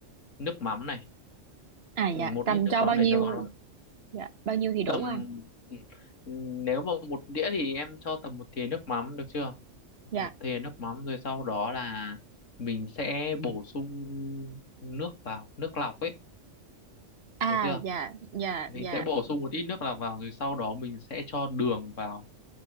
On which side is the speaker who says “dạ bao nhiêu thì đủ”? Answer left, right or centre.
Right